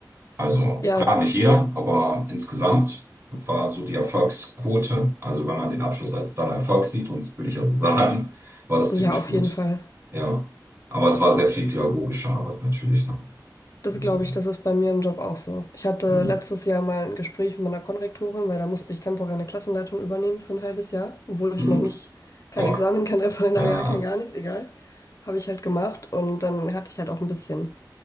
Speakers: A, on the right; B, on the left.
A: Also
B: ja,
A: klar, nicht jeder, aber insgesamt war so die Erfolgsquote, also wenn man den Abschluss als dann Erfolg sieht, und das würde ich also sagen, war das
B: ja,
A: ziemlich
B: auf
A: gut.
B: jeden Fall.
A: Ja, aber es war sehr viel pädagogische Arbeit natürlich. Ne?
B: Das
A: So.
B: glaube ich, das ist bei mir im Job auch so. Ich hatte
A: mm,
B: letztes Jahr mal ein Gespräch mit meiner Konrektorin, weil da musste ich temporär eine Klassenleitung übernehmen für ein halbes Jahr, obwohl ich
A: mm,
B: noch nicht, kein
A: Boah,
B: Examen, kein Referendariat,
A: ja.
B: kein gar nichts, egal. Habe ich halt gemacht und dann hatte ich halt auch ein bisschen